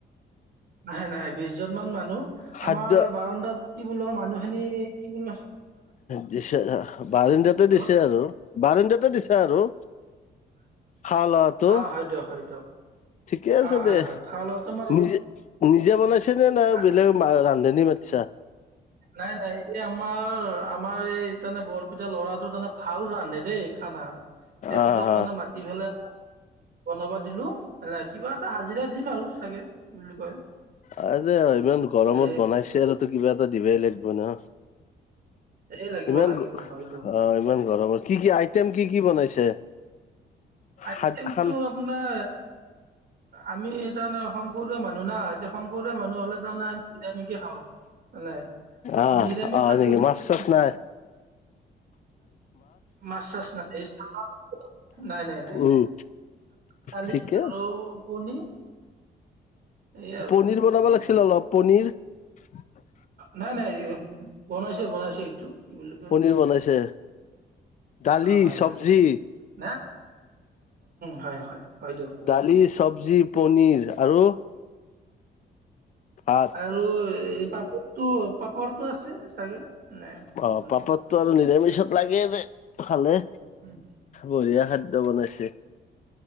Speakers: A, on the right; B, on the left.
A: নাই-নাই বিশ জন মান মানুহ।
B: খাদ্য
A: আমাৰ বাৰাণ্ডাত। কি বোলো মানুহখিনি কি বোল?
B: দিছে বাৰণ্ডিয়াতে
A: হেল্ল'
B: দিছে আৰু বাৰণ্ডিয়তে দিছে। দিছে আৰু। খোৱা লোৱাটো
A: অহ ' হয় দিয়ক - হয় দিয়ক।
B: ঠিকে আছে
A: অ হয়
B: দে
A: হয় খোৱা লোৱাটো আমাৰ
B: নিজে - নিজে বনাইছে নে না
A: নাই
B: বেলেগ ৰান্ধনী মতসা।
A: নাই' নাই এই আমাৰ আমাৰ এই তানে বৰপিটা ল'ৰাটো তানে ভাল ৰান্ধে দেই। খানা তেখতক
B: অ হা
A: তমানে মাতি ফেলাই বনাবা দিলো ন কিবা এটা হাজিৰা দিম আৰু চাগে কি বুলি কয়।
B: আ যে ইমান গৰমত
A: এই
B: বনাইছে তো কিবা এটা ধিবাই লাগিব ন।
A: এই লাগিব
B: ইমান
A: লাগিব হয়
B: অ' ইমান গৰমৰ কি কি আইটেম কি কি বনাইছে।
A: আইটেমতো
B: খা খান
A: আপোনাৰ আমি ন। শংকৰীয়া মানুহ না এতিয়া শংকৰীয়া মানুহ হ'লে জানে আমি নিৰামিষে খাওঁ মানে
B: আহ
A: নিৰামিষ
B: আহ
A: খাদ্য
B: নেকি
A: যি
B: মাছ চাছ নাই
A: মাছ চাছ নাই। অ' নাই, নাই, নাই,
B: উম
A: নাই দালি
B: ঠিকে
A: আৰু পনীৰ এয়ে আৰু
B: পনীৰ
A: কি
B: বনাব
A: বুলি কয়
B: লাগিছিল অলপ পনীৰ <unintelligible>
A: নাই, নাই বনাইছে -বনাইছে এইটো কি বুলি কয়
B: পনীৰ বনাইছে দালি,
A: অঁ হয়
B: চবজি
A: হয় নাই হয় হয় হয় দিয়ক
B: দালি,
A: উম।
B: চবজি, পনীৰ আৰু ভাত
A: আৰু এই <unintelligible> এইটো পাপৰটো আছে। চাগে। নাই কি
B: অ'
A: বুলি
B: পাপৰতটো আৰু নিৰামিষত লাগেদে খালে
A: কয়
B: বঢ়িয়া খাদ্য বনাইছে।